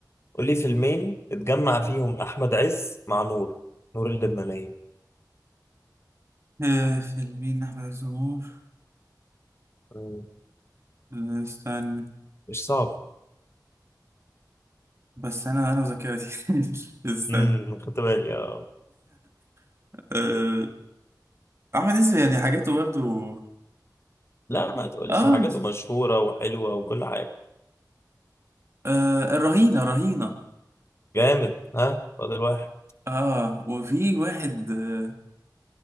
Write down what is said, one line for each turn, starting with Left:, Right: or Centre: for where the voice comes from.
Left: قول لي فيلمين اتجمع فيهم احمد عز مع نور نور اللبنانيه
Right: آه فيلمين احمد عز ومنور
Left: مم.
Right: آه، استنى
Left: مش صعب
Right: بس انا انا وذاكرتي <laughs> استنى
Left: امم خدت بالي اه
Right: <laughs> آه احمد عز يعني حاجاته برضو
Left: لا ما تقولش
Right: اه,
Left: حاجاته مشهوره وحلوه وكل حاجه
Right: آه الرهينه رهينه
Left: جامد ها فاضل واحد
Right: اه وفي واحد آه